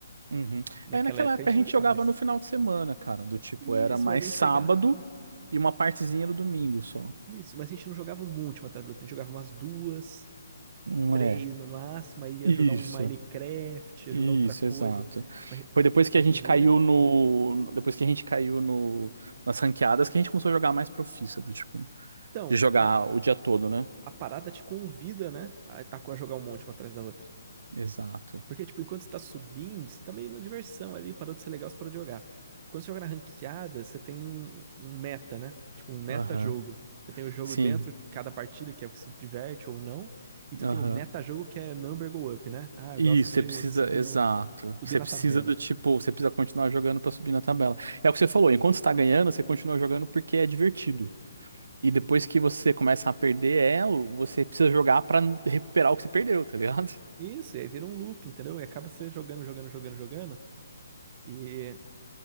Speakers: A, on the right (about 70°); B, on the right (about 30°).
A: Uhum.
B: Naquela
A: É, naquela
B: época
A: época
B: a gente
A: a gente
B: não jogava
A: jogava
B: isso.
A: no final de semana, cara. Do tipo,
B: Isso,
A: era mais
B: mas a gente
A: sábado
B: pegava.
A: e uma partezinha no domingo só.
B: Isso, mas a gente não jogava um monte uma atrás da outra. A gente jogava umas duas,
A: Não
B: três
A: é.
B: no máximo, aí ia
A: Isso,
B: jogar um Minecraft, ia
A: isso,
B: jogar outra coisa.
A: exato.
B: Mas
A: Foi depois que
B: hoje
A: a gente
B: em dia.
A: caiu no. Depois que a gente caiu no, nas ranqueadas que a gente começou a jogar mais profissa, do tipo,
B: Então,
A: de jogar
B: e a,
A: o dia todo, né?
B: a parada te convida, né? A, a jogar um monte uma atrás da outra.
A: Exato.
B: Porque, tipo, enquanto você tá subindo, você tá meio na diversão ali, parou de ser legal, você parou de jogar. Quando você joga na ranqueada, você tem um, um meta, né? Tipo, um meta-jogo.
A: Aham.
B: Você tem o jogo
A: Sim.
B: dentro, cada partida, que é o que se diverte ou não. E tu
A: Aham.
B: tem o meta-jogo, que é number go up, né? Ah,
A: Isso,
B: eu gosto de,
A: você precisa,
B: de subir,
A: exato.
B: no, subir
A: Você
B: na
A: precisa
B: tabela.
A: do tipo, você precisa continuar jogando pra subir na tabela. É o que você falou, enquanto você tá ganhando, você continua jogando porque é divertido. E depois que você começa a perder elo, você precisa jogar pra recuperar o que você perdeu, tá ligado?
B: Isso, e aí vira um loop, entendeu? E acaba você jogando, jogando, jogando, jogando. E